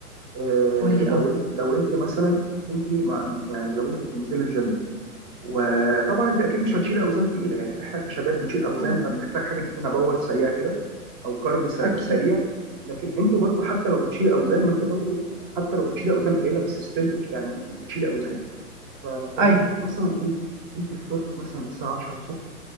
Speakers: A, on the right; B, on the right.
A: آه
B: قول لي
A: لو انت لو انت مثلا انت ما- يعني لو انت بتنزلي الجيم وطبعا انت اكيد مش هتشيل اوزان تقيله يعني احنا كشباب بنشيل اوزان
B: آه،
A: فبنحتاج حاجه تدينا باور سريع كده او كارب سر-
B: اكيد
A: سريع لكن انتوا برضو حتى لو بتشيل اوزان ما انت برضو حتى لو بتشيل اوزان قليله بس ستيل بت يعني بتشيل اوزان ف- فممكن
B: ايوه
A: مثلا ايه انت فطرتي مثلا الساعه 10 الصبح